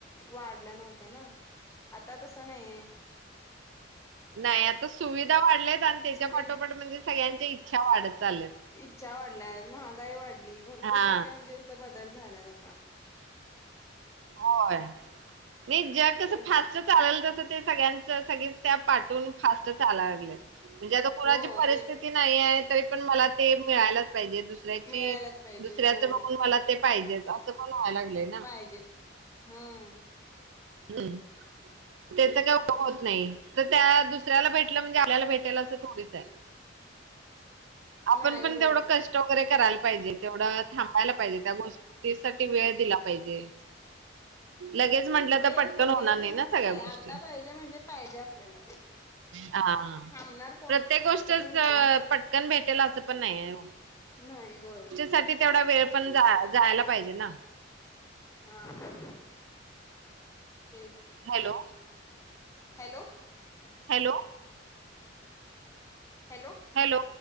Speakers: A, on the left; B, on the right.
A: वाढल्या नव्हत्या ना. आता तसं नाहीेये.
B: नाही आता सुविधा वाढल्यात आणि त्याच्या
A: सुविधा
B: पाठोपाठ म्हणजे सगळ्यांच्या इच्छा वाढत चाल्यात.
A: इच्छा वाढल्याय, महागाई वाढली. भरपूर
B: हा
A: काय काय म्हणजे अस बदल झालात आता.
B: होय. नाही जग कस
A: तेच
B: फास्ट चालेल तस ते सगळ्यांच सगळेच त्या पाठून फास्ट चाला लागलेत. म्हणजे आता कोणाची
A: हो
B: परिस्थिती
A: तेच
B: नाहीये, तरी पण मला ते मिळायलाच पाहिजे. दुसऱ्याची
A: मिळायलाच पाहिजे
B: दुसऱ्याच
A: हो
B: बघून मला ते पाहिजेच. असं पण व्हायला लागले.
A: पाहिजेते. हं.
B: <inaudible> त्याच
A: ते
B: काही <inaudible> होत नाही. तर त्या दुसऱ्याला भेटलं म्हणजे आल्याला भेटेल असं थोडीच आहे? आपण
A: नाही
B: पण
A: हो
B: तेवढं कष्ट ट वगैरे करायला पाहिजे. तेवढं थांबायला पाहिजे. त्या गोष्टीसाठी वेळ दिला पाहिजे. लगेच म्हंटलं
A: ते
B: तर पट्कन होणार
A: वेळ
B: नाही
A: देणं
B: ना
A: म्हणजे
B: सगळ्या गोष्टी,
A: आता पाहिजे म्हणजे पाहिजे आपल्याला ते
B: हा
A: थांबणार कोण
B: प्रत्येक गोष्टच
A: असं पण होतय ना
B: पटकन भेटेल असं पण नाही.
A: नाही होय
B: साठी तेवढा वेळ पण जाय - जायला पाहिजे ना.
A: हा. तेच.
B: Hello.
A: Hello,
B: hello
A: hello,
B: hello.